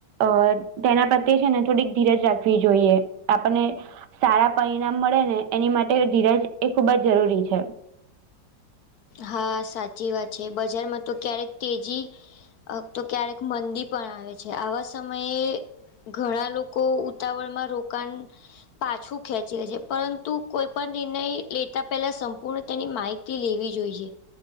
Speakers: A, on the right; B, on the left.
A: અ તેના પ્રત્યે છે ને થોડીક ધીરજ રાખવી જોઈએ આપણને સારા પરિણામ મળે ને એની માટે ધીરજ એ ખૂબ જ જરૂરી છે
B: હા સાચી વાત છે બજારમાં તો ક્યારેક તેજી તો ક્યારેક મંદી પણ આવે છે આવા સમયે ઘણા લોકો ઉતાવળ માં રોકાણ પાછું ખેંચી લે છે પરંતુ કોઈ પણ નિર્ણય લેતા પહેલા સંપૂર્ણ તેની માહિતી લેવી જો જોઈશે